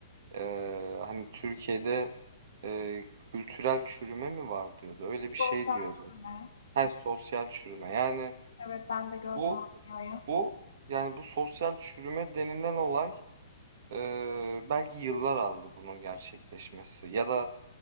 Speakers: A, on the right (about 50°); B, on the left (about 65°).
A: Eee, hani Türkiye'de eee, kültürel çürüme mi var diyordu. Öyle
B: Sosyal
A: bir şey diyordu.
B: çürüme.
A: Her sosyal çürüme. Yani
B: Evet, ben de gördüm
A: bu
B: o videoyu.
A: bu yani bu sosyal çürüme denilen olay eee, belki yıllar aldı bunun gerçekleşmesi ya da